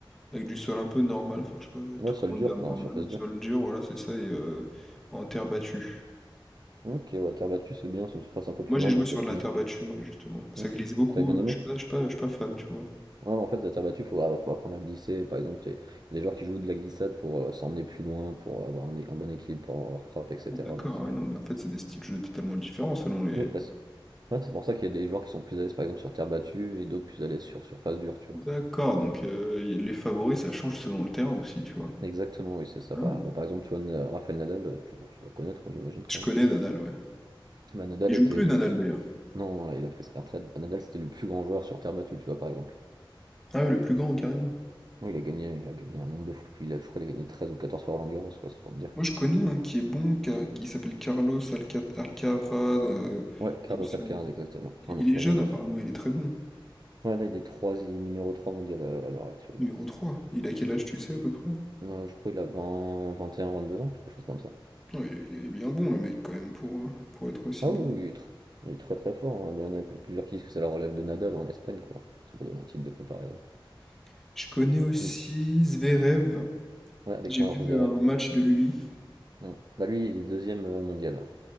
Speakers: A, in the centre; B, on the right.
A: Avec du sol un peu normal, enfin je sais pas
B: Ouais,
A: tout
B: sol
A: comment
B: dur,
A: dire
B: quoi,
A: normal.
B: en surface dure.
A: Sol dur, voilà, c'est ça, et euh, en terre battue.
B: Ok, ouais, terre battue, c'est bien, c'est une surface un peu plus
A: Moi j'ai
B: lente,
A: joué
B: donc
A: sur
B: il y a plus.
A: de la terre battue, moi justement. Ça
B: Ok.
A: glisse beaucoup,
B: T'as bien
A: euh,
B: aimé?
A: je suis pas, je suis pas, je suis pas fan, tu vois.
B: Ouais, en fait, la terre battue, faut, ah, faut apprendre à glisser. Par exemple, t'es- il y a des joueurs qui jouent de la glissade pour euh, s'emmener plus loin, pour avoir un, un bon équilibre pour leur frappe, etc.
A: Ah, D'accord,
B: Donc c'est
A: ouais, non, mais en fait c'est des styles de jeu totalement différents selon les.
B: Oui. bah, c'est ouais, c'est pour ça qu'il y a des joueurs qui sont plus à l'aise, par exemple, sur terre battue et d'autres plus à l'aise sur surface dure, tu
A: D'accord,
B: vois.
A: donc euh, y- les favoris ça change selon le terrain aussi, tu vois.
B: Exactement, oui, c'est ça.
A: Ah.
B: Par, bah, par exemple, tu vois, Na- Rafael Nadal, euh, tu, bah, tu dois connaître, hein, j'imagine quand
A: Je connais
B: même.
A: Nadal, ouais.
B: Bah, Nadal
A: Il joue
B: était
A: plus
B: le.
A: Nadal
B: su-
A: d'ailleurs.
B: Non, là, il a pris sa retraite. Bah, Nadal, c'était le plus grand joueur sur terre battue, tu vois, par exemple.
A: Ah ouais, le plus grand carrément.
B: Oui, il a gagné, il a gagné un nombre de fois. Puis il a, je crois qu'il a gagné 13 ou 14 fois Roland Garros, quoi, c'est pour te dire.
A: Moi je connais un qui est bon, qui a- qui s'appelle Carlos Alca- Alcaraz, euh,
B: Ouais, Carlos
A: il me semble.
B: Alcaraz, exactement.
A: Il
B: Un
A: il
B: espagnol
A: est jeune
B: aussi.
A: apparemment, il est très bon.
B: Ouais, là, il est trois il est numéro 3 mondial à à l'heure actuelle.
A: Numéro trois Il a quel âge, tu sais, à peu près?
B: Euh, je crois qu'il a vingt, vingt et un, vingt deux ans, quelque chose comme ça.
A: Ouais, il est il est bien bon, le mec, quand même, pour, euh, pour être aussi
B: Ah
A: bon.
B: oui, oui, oui, il est tr- il est très très fort. hein. Il y en a plusieurs qui disent que ça le relève de Nadal en Espagne, quoi. Ça peut donner un titre de comparaison.
A: <clears throat> Je connais aussi
B: Mm.
A: Zverev.
B: Ouais, Alexandre
A: J'ai vu
B: Zverev.
A: un match de lui.
B: Mm. Bah lui, il est deuxième euh, mondial.